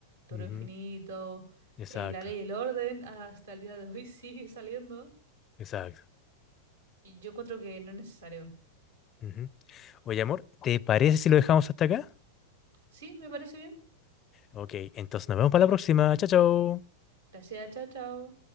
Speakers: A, on the right; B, on the left.
A: Toro
B: Ujú.
A: Infinito,
B: Exacto,
A: eh, La Ley y el Orden, hasta el día de hoy <laughs> sigue saliendo.
B: exacto.
A: Y yo encuentro que no es necesario.
B: Ujú. Oye, amor, ¿te parece si lo dejamos hasta acá?
A: Sí, me parece bien.
B: Ok, entonces nos vemos para la próxima. Chao, chao.
A: Gracias, chao, chao.